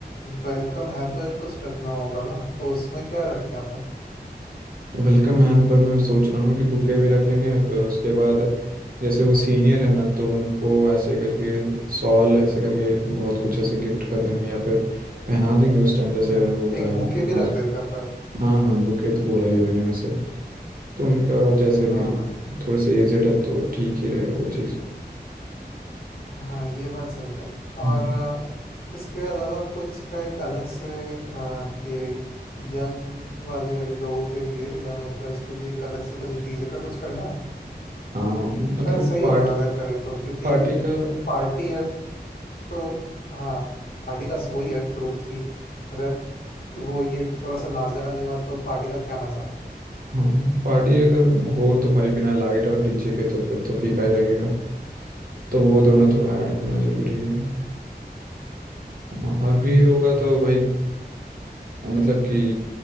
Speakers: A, on the left (about 60°); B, on the right (about 55°).
A: वेलकम हैम्पर कुछ रखना होगा ना तो उसमें क्या रखें अपन
B: वेलकम हैम्पर में मैं सोच रहा हूँ ना कि बुके भी रख लेंगे फिर उसके बाद जैसे वो सीनियर है ना तो उनको ऐसे करके सॉल ऐसे करके बहुत कुछ ऐसे गिफ्ट कर देंगे या फिर पहना देंगे उस टाइम
A: हम्म
B: जैसे होता
A: एक
B: है
A: बूके
B: हम
A: भी रख
B: आज
A: देते हैं फिर
B: हाँ हाँ बुके तो बोला ही मैंने वैसे तो उनका जैसे
A: हाँ
B: भाई
A: हाँ
B: थोड़े से एजेड है तो ठीक ही रहेगा वो चीज़
A: हाँ ये बात सही है और
B: हम्म।
A: अ, इसके अलावा कुछ का एक अलग से अ, ये यंग वाले लोगों के लिए यंग एम्प्लॉयज के लिए एक अलग से कुछ डीजे का कुछ करना है
B: हाँ मतलब
A: शायद सही
B: पार्ट
A: होगा अगर करे तो क्योंकि
B: पार्टी का
A: पार्टी है तो हाँ पार्टी का वही है फ्रूट की अगर वो ये थोड़ा सा नाच गाना नहीं हुआ तो पार्टी का क्या मजा
B: हाँ पार्टी अगर हो तो भाई बिना लाइट और डीजे के तो फिर तो फीका ही लगेगा तो वो दोनों
A: वही
B: तो
A: वही
B: ऐड
A: वही
B: करना जरूरी है हाँ, और भी
A: हम्म
B: होगा तो भाई अम, मतलब कि